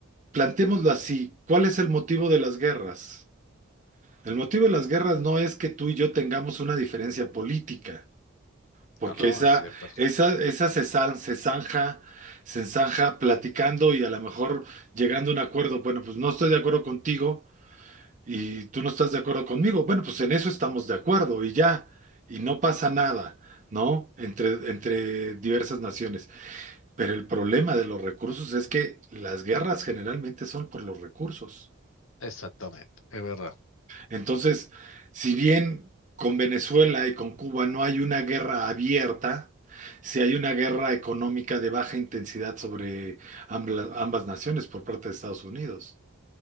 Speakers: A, on the right; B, on the left.
A: plantémoslo así, ¿cuál es el motivo de las guerras? El motivo de las guerras no es que tú y yo tengamos una diferencia política. Porque
B: no, no,
A: esa,
B: siempre,
A: esa, esa se, zan- se zanja, se zanja platicando y a lo mejor llegando a un acuerdo. Bueno, pues no estoy de acuerdo contigo y tú no estás de acuerdo conmigo. Bueno, pues en eso estamos de acuerdo y ya. Y no pasa nada, ¿no? Entre, entre diversas naciones. Pero el problema de los recursos es que las guerras generalmente son por los recursos.
B: exactamente, es verdad.
A: Entonces, si bien con Venezuela y con Cuba no hay una guerra abierta, sí hay una guerra económica de baja intensidad sobre ambla- ambas naciones por parte de Estados Unidos